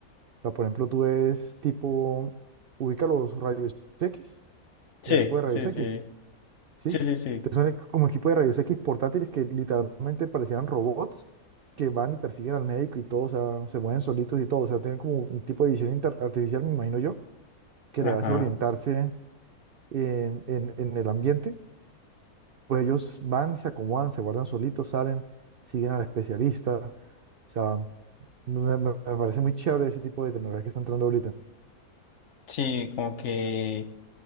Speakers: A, on the right; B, on the left.
A: O sea, por ejemplo, tú ves tipo, ubica los rayos X,
B: sí,
A: los equipos de rayos
B: sí,
A: X.
B: sí,
A: ¿sí?
B: sí, sí, sí.
A: Entonces son e- como equipo de rayos X portátiles que literalmente parecían robots que van y persiguen al médico y todo, o sea, se mueven solitos y todo, o sea, tienen como un tipo de visión inter- artificial, me imagino yo, que
B: Ajá.
A: le hace orientarse en, en, en el ambiente. Pues ellos van, se acomodan, se guardan solitos, salen, siguen al especialista. O sea, me, me- me parece muy chévere ese tipo de tecnología que está entrando ahorita.
B: Sí, como que